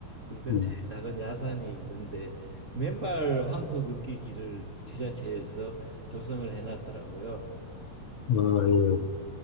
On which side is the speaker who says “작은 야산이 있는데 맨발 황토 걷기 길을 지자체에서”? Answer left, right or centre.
Right